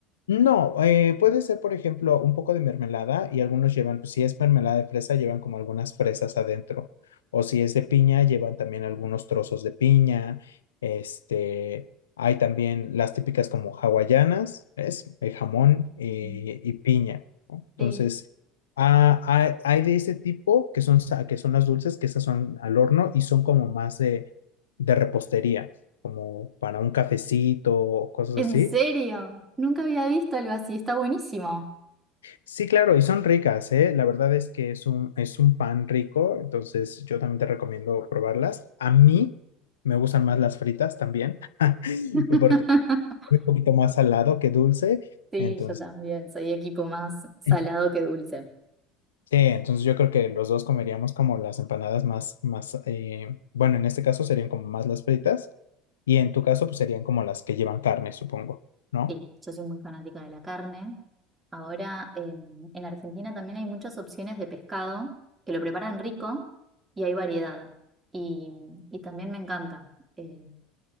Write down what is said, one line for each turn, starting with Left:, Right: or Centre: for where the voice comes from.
Left: No, eh, puede ser, por ejemplo, un poco de mermelada y algunos llevan, pues, si es mermelada de fresa, llevan como algunas fresas adentro. O si es de piña, llevan también algunos trozos de piña. Este, hay también las típicas como hawaianas, ¿ves? Eh, jamón y,
Right: Mm,
Left: y piña, ¿no? Entonces,
Right: Sí,
Left: ah, hay, hay de ese tipo que son, sa- que son las dulces, que esas son al horno y son como más de, de repostería, como para un cafecito o cosas
Right: ¿en
Left: así.
Right: serio? Nunca había visto algo así, está buenísimo.
Left: Sí, claro, y son ricas, ¿eh? La verdad es que es un, es un pan rico, entonces yo también te recomiendo probarlas. A mí me gustan más las fritas también, <laughs>
Right: <laughs>
Left: porque es un poquito más salado que dulce,
Right: Sí,
Left: entonces,
Right: yo también, soy equipo más salado
Left: sí,
Right: que dulce.
Left: entonces yo creo que los dos comeríamos como las empanadas más, más, eh, bueno, en este caso serían como más las fritas, y en tu caso pues serían como las que llevan carne, supongo, ¿no?
Right: Sí, yo soy muy fanática de la carne. Ahora en, en Argentina también hay muchas opciones de pescado que lo preparan rico y hay variedad. Y, y también me encanta. Eh,